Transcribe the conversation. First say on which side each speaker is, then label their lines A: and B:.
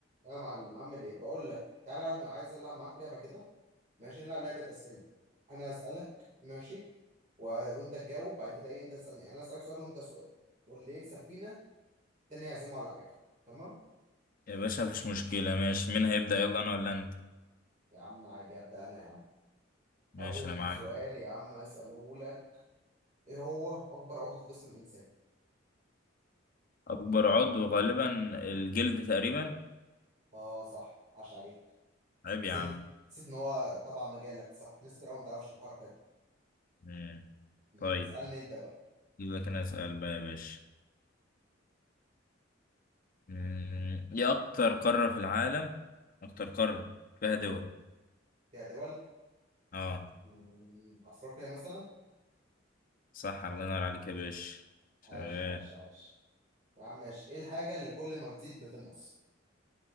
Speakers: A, on the right; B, on the left.
A: يا معلم اعمل ايه بقول لك تعالى انا عايز العب معاك لعبه كده ماشي نلعب لعبه اسئله انا اسالك ماشي و... وانت تجاوب بعد كده ايه انت تسالني انا اسالك سؤال وانت سؤال واللي يكسب فينا التاني يعزمه على حاجه تمام
B: يا باشا مفيش مشكلة ماشي مين هيبدأ يلا أنا ولا أنت
A: يا عم عادي ابدا انا يا عم
B: ماشي
A: اول
B: أنا معاك
A: سؤال يا عم اساله لك ايه هو اكبر عضو في جسم الانسان
B: أكبر عضو غالبا الجلد تقريبا
A: اه صح عاش عليك
B: عيب يا
A: نسيت
B: عم
A: نسيت ان هو طبعا مجالك صح ناس كتير قوي ما تعرفش الحركه دي
B: مم.
A: مم.
B: طيب
A: اسالني انت بقى
B: أجيب لك أنا أسأل بقى يا باشا مم. إيه أكتر قارة في العالم أكتر قارة فيها دول
A: يا دول
B: أه
A: مم، افريقيا مثلا
B: صح الله ينور عليك يا باشا شغال
A: عاش عاش عاش يا عم ماشي ايه الحاجة اللي كل ما تزيد بتنقص